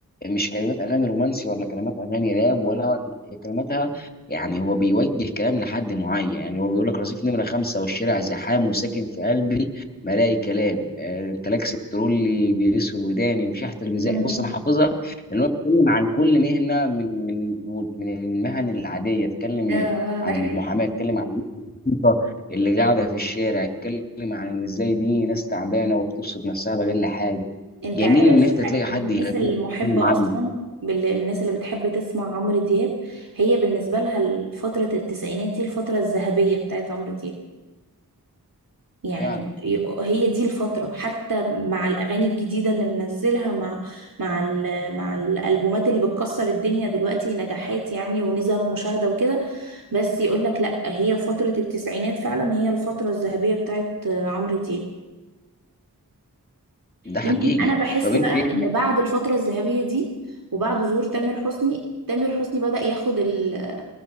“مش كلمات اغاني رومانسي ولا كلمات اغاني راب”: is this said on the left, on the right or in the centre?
Left